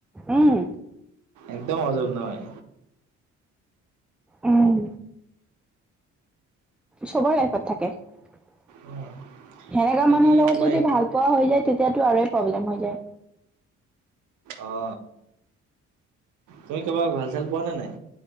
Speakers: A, in the centre; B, on the right.
A: উম।
B: একদম সজম নহয়
A: উম, চবৰ লাইফত থাকে সেনেকা
B: উম, বাকী
A: মানুহৰ লগত
B: তোমাৰ
A: যদি ভাল পোৱা হৈ যায় তেতিয়াতো আৰু প্ৰব্লেম হৈ যায়
B: অ তুমি কাৰোবাক ভাল চাল পোৱা নে নাই